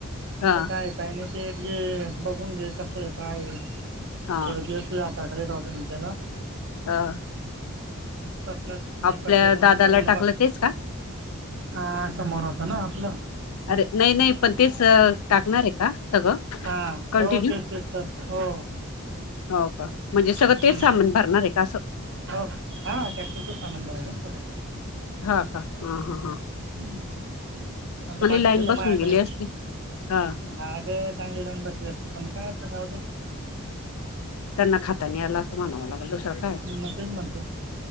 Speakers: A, on the right (about 55°); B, on the left (about 80°).
A: तिथं
B: हा
A: काय काय नाही ते जे बघून घे कसं आहे काय
B: हा
A: थोडे दिवस आतााखाली राहत मि त्याला
B: हा
A: पटलं नाही
B: आपल्या
A: पटलं तर
B: दादाला
A: नंतर मला
B: टाकलं
A: बघ
B: तेच का
A: हा समोर होत ना आपलं
B: अरे नाही नाही पण तेच टाकणार आहे का सगळं
A: हा
B: कंटिन्यू
A: हो तेच तेच सर हो
B: हो का म्हणजे सगळं
A: हम्
B: तेच सामान भरणार आहे का असं
A: हो हा टॅक्टरच सामान बरायचं सरव
B: हा का हम हम हम
A: हम्म म्हणलं बाकीच्या
B: लाईन
A: तर
B: बसून
A: माळ्याकडे
B: गेली असती हा
A: भाग चांगली लाईन बसली असते पण काय आता जाऊ
B: त्यांना खातानी आला असं म्हणावं लागल दुसरं काय
A: मग तेच म्हणतो